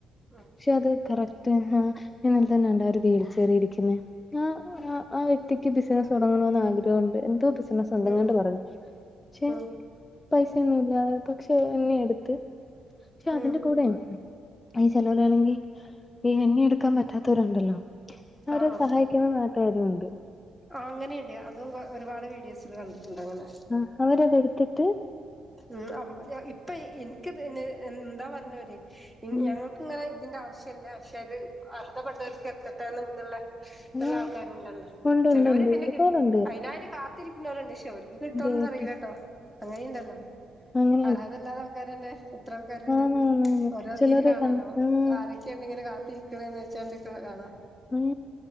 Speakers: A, in the centre; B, on the left.
A: ഉം
B: ക്ഷെ അത് കറക് ആ ഇന തന്നെ കണ്ട അവര വീൽചെയറിൽ ഇരിക്കുന്ന ഞാനും ആ ആ വ്യക്തിക്ക് ബിസിനസ് തുടങ്ങണന്ന് ആഗ്രഹംണ്ട് എന്തോ ബിസിനസ് അങ്ങനെ
A: ഉം
B: കാണ്ട് പറയും ക്ഷെ
A: ഉം
B: പൈസന്നുല്ലാ പക്ഷെ എന്നെയ എടുത്ത് പക്ഷെ അതിന്റെ
A: ഉം
B: കൂടെ ഈ ചിലവരാണെങ്കിൽ ഈ എണ്ണി എടുക്കാൻ പറ്റാത്തവരുണ്ടല്ലോ അവരെ
A: ആഹ്
B: സഹായിക്കുന്ന നാട്ടുകാരും ഉണ്ട്
A: ആ അങ്ങനെയിണ്ട് അതും ഒരുപാട് വീഡിയോസിൽ കണ്ടിട്ടുണ്ട് അങ്ങനെ
B: ആ അവരത എടുത്തിട്ട്
A: ഉ ഇപ്പ എനിക്ക് പിന്നെഎന്താ പറഞ്ഞ ഓര്
B: ഉം
A: ഞങ്ങൾക്ക് ഇങ്ങനെ ഇതിന്റെ ആവശ്യ ഇല്ല പക്ഷേ അത് അർഹതപ്പെട്ടവർക്ക് എതെട്ട എന്നുള്ള
B: ഉം
A: ഉള്ള ആൾക്കാർഉണ്ടല്ല
B: ഉണ്ട്
A: ചലോര്
B: ഉണ്ട് ഉണ്ട്
A: പിന്നെ
B: ഒരുപാടുണ്ട്
A: അയയിനായിട്ട് കാ ത്തിരിക്കുന്നവരുണ്ട് ക്ഷെ അവർക്കും കിട്ടോന്ന്
B: കേട്ട്
A: അറിയില്ല കേട്ടോ അങ്ങനെയുണ്ടല്ലോ
B: അങ്ങ
A: അർഹാതല്ലാതെ ആൾക്കാരന്നെ എത്ര ആൾക്കാരുണ്ട്
B: ആന്ന് ആന്ന് ആന്ന്
A: ഓരോതിൽ
B: ചിലര്
A: കാണല്ലോ
B: കൺ ഉം
A: ആരൊക്കെ ഇങ്ങനെ കാത്തിരിക്കണന്ന് വെച്ചാന്താ കഥ
B: ഉം